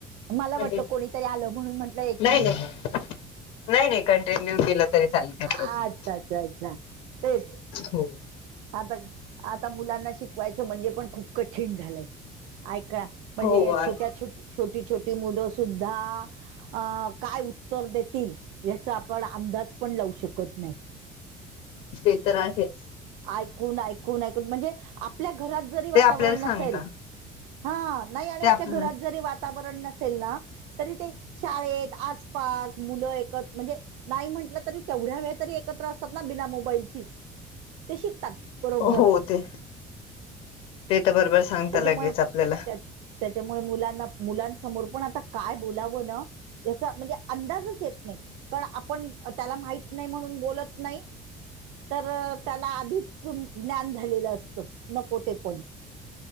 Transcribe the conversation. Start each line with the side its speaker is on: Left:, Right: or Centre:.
Right: मला
Left: नाही
Right: वाटलं कोणीतरी आलं म्हणून म्हंटलं एक
Left: नाही
Right: मिनिट
Left: नाही नाही कंटिन्यू <unintelligible>
Right: अच्छा अच्छा अच्छा तेच
Left: <inaudible> हो.
Right: आता आता मुलांना शिकवायचं म्हणजे पण खूप कठीण झालंय. ऐका म्हणजे
Left: हो आर
Right: छोट्या छोट छोटी छोटी मुलं सुद्धा अ काय उत्तर देतील याचा आपण अंदाज पण लावू शकत नाही.
Left: ते तर आहेच.
Right: ऐकून ऐकून ऐकून म्हणजे आपल्या घरात जरी वातावरण
Left: ते आपल्याला सांगता
Right: नसेल हा नाही आणि
Left: ते
Right: आपल्या
Left: आप
Right: घरात जरी वातावरण नसेल ना तरी ते शाळेत आसपास मुलं एकत म्हणजे नाही म्हटलं तरी तेवढ्या वेळ तरी एकत्र असतात ना बिना मोबाईलची. ते शिकतात. बरोबर
Left: हो ते ते तर बरोबर सांगता
Right: त्याच्यामुळे
Left: लगेच आपल्याला
Right: त्या त्याच्यामुळे मुलांना मुलांसमोर पण आता काय बोलावं ना? याचा म्हणजे अंदाजच येत नाही, कारण आपण त्याला माहीत नाही म्हणून बोलत नाही तर त्याला आधीच ज्ञान झालेलं असत नको ते पण